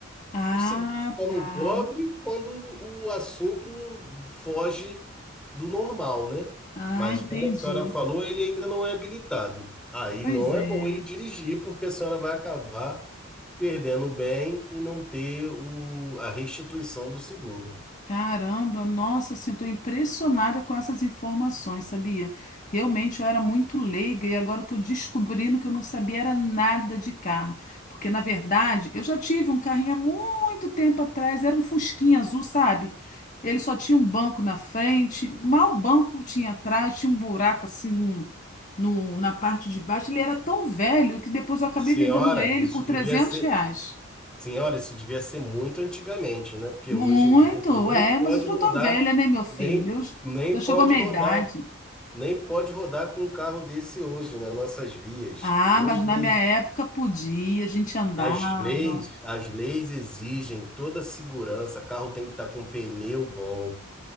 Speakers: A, on the left; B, in the centre.
A: Ah,
B: O seguro só
A: tá.
B: não cobre quando o assunto foge do normal, né?
A: Ah,
B: Mas
A: entendi.
B: como a senhora falou, ele ainda não é habilitado. Aí
A: Pois
B: não é
A: é.
B: bom ele dirigir, porque a senhora vai acabar perdendo o bem e não ter o, a restituição do seguro.
A: Caramba, nossa, assim, estou impressionada com essas informações, sabia? Realmente eu era muito leiga e agora estou descobrindo que eu não sabia era nada de carro. Porque, na verdade, eu já tive um carrinho há muito tempo atrás, era um fusquinha azul, sabe? Ele só tinha um banco na frente, mal banco tinha atrás, tinha um buraco assim num- num- na parte de baixo. Ele era tão velho que depois eu acabei
B: Senhora,
A: vendendo ele
B: isso
A: por 300
B: devia ser,
A: reais.
B: senhora, isso devia ser muito antigamente, né? Porque
A: Muito,
B: hoje em dia nem
A: é,
B: pode
A: mas eu já
B: rodar,
A: tô velha, né, meu filho?
B: nem,
A: Eu j-
B: nem
A: já chegou
B: pode
A: a minha
B: rodar
A: idade.
B: Nem pode rodar com um carro desse hoje nas nossas vias.
A: Ah,
B: Hoje
A: mas na
B: eles-
A: minha época podia, a gente andava.
B: as leis, as leis exigem toda a segurança. Carro tem que estar com pneu bom,